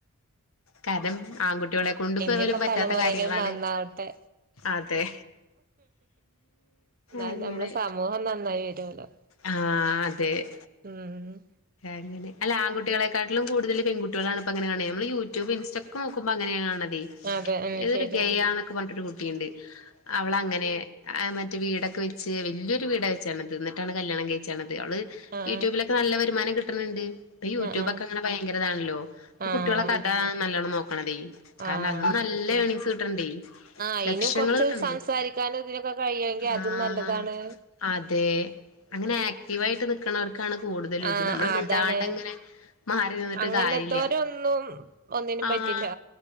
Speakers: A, on the left; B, on the right.
A: കാരണം ആൺകുട്ടികളെ കൊണ്ടും
B: ഇനിയുള്ള
A: പോലും പറ്റാത്ത
B: തലമുറയെങ്കിലും
A: കാര്യങ്ങളാണ്-
B: നന്നാവട്ടെ
A: അതെ
B: എന്നാ
A: അങ്ങനെ-
B: നമ്മളെ സമൂഹം നന്നായി വരുവല്ലോ
A: ആഹ് അതെ-
B: ഉം
A: അങ്ങനെ അല്ല ആൺുട്ടികളക്കാട്ടിലും കുടുതൽ പെൺുട്ടികളാണ് ഇപ്പോ അങ്ങെ കൺണെ നമ്മ യൂട്യൂബും ഇൻസ്റ്റക്കാ നോക്ക്പോ അങ്ങനെയ കാണുന്നത്
B: അതെ ഉം
A: ഏതൊരു
B: ശരിയാണ്
A: ഗയന്നൊക്കെ പറഞ്ഞിട്ടരു കുട്ടിയുണ്ട് അവള അങ്ങനെ- മറ്റേ വീടൊക്കെ വെച്ച് വല്യൊരു വീടാ വെച്ചാണത് എന്നിട്ടാണ് കല്യാണം കഴിച്ചാണ്ത്- അവള്
B: ആഹ്
A: യൂട്യൂബിലൊക്കെ നല്ല വരുമാനം കിട്ടണിണ്ട്- ഇപ്പൊ യൂട്യൂബൊക്കെ
B: ആഹ് ആഹ്
A: അങ്ങനെ ഭയങ്കരതാണല്ലോ ഇപ്പൊ
B: ആഹ്
A: കുട്ടികളൊക്കെ അതാ നല്ലോണം നോക്കണതെ കാരണം
B: ആഹ്
A: അത്
B: ആഹ്
A: നല്ല- ല്ലാ ഏണിങ്സ് കിട്ടണ് ണ്ടേ-
B: അയിന്
A: ലക്ഷങ്ങള്
B: കൊറച്ച്
A: കിട്ടെണ്ടെ
B: സംസാരിക്കാനും ഇതിനൊക്കെ കഴിയുമെങ്കിൽ അതും
A: ആഹ്
B: നല്ലതാണ്
A: അതെ- അങ്ങനെ
B: ഉം
A: ആക്റ്റീവ് ആയിട്ട് നിക്കണവർക്കാണ് കൂടുതലും
B: ആഹ്
A: ഇത് നമ്മള്
B: അതാണ്
A: മിണ്ടാണ്ട് ഇങ്ങനെ- മാറി നിന്നിട്ട്
B: അങ്ങനത്തോരൊന്നും
A: കാര്യാല്ല
B: ഒന്നിനും
A: ആഹ്
B: പറ്റില്ല